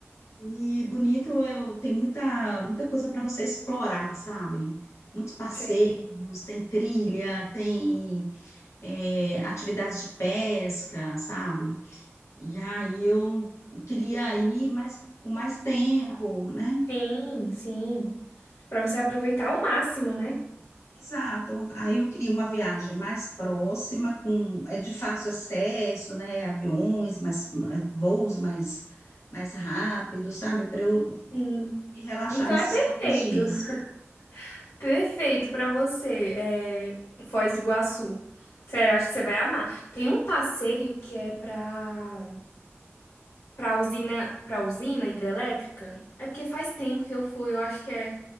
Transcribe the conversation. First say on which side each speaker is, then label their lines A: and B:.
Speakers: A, on the left; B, on the left.
A: E bonito, eu, tem muita, muita coisa para você explorar, sabe? Muitos passeios,
B: sei.
A: tem trilha, tem é, atividades de pesca, sabe? E aí eu queria ir mais, com mais tempo, né?
B: Sim, sim. Pra você aproveitar ao máximo, né?
A: Exato. Aí eu queria uma viagem mais próxima, com é de fácil acesso, né? Aviões, mais, voos mais, mais rápidos, sabe? Para eu
B: Sim.
A: conseguir relaxar
B: Então
A: nesses
B: é perfeito.
A: poucos dias.
B: <laughs> Perfeito pra você, é, Foz do Iguaçu. Sério, eu acho que você vai amar. Tem um passeio que é pra Pra usina, pra usina hidrelétrica? É porque faz tempo que eu fui, eu acho que é,